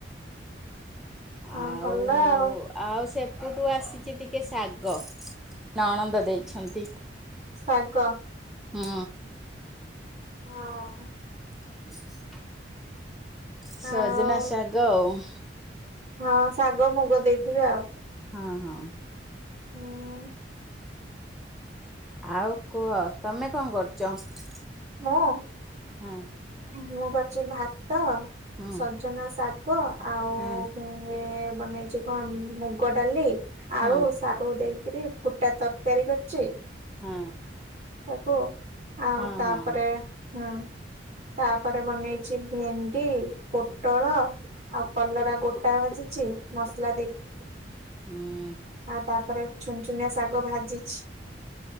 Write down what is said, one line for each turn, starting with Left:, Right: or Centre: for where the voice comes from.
Right: ହଁ
Centre: ଆଉ
Right: ଭଲ ଆଉ
Centre: ଆଉ ସେପଠୁ ଆସିଛି ଟିକେ ଶାଗ ନଣନ୍ଦ ଦେଇଛନ୍ତି।
Right: ଶାଗ
Centre: ହୁଁ।
Right: ହଁ।
Centre: ହଁ <inaudible> ସଜନା
Right: ଆଉ
Centre: ସାଗ ଆଉ
Right: ହଁ ଶାଗ ମୁଗ ଦେଇଥିବେ ଆଉ
Centre: ହଁ ହଁ
Right: ହୁଁ
Centre: ଆଉ କୁହ ତମେ କଣ କରୁଛ?
Right: ମୁଁ
Centre: ହଁ
Right: ମୁଁ କରିଛି ଭାତ
Centre: ହଁ
Right: ସଜନା ଶା ଗ ଆଉ
Centre: ହଁ
Right: ଇଏ ବନେଇଛି କଣ ମୁଗ ଡାଲି
Centre: ହଁ
Right: ଆଳୁ ହଉ ଦେଇକିରି ଫୁଟା ତରକାରୀ କରିଛି।
Centre: ହଁ
Right: ତାକୁ ଆଉ
Centre: ହଁ
Right: ତା
Centre: ହଁ
Right: ହୁଁ ତାପରେ ବନେଇଛି ଭେଣ୍ଡି ପୋଟଳ ଆଉ କଲରା ଗୋଟା ଭାଜିଛି ମସଲା ଦେଇକି
Centre: ହୁଁ
Right: ଆଉ ତାପରେ ଛୁନ ଛୁନିଆ ଶାଗ ଭାଜିଛି।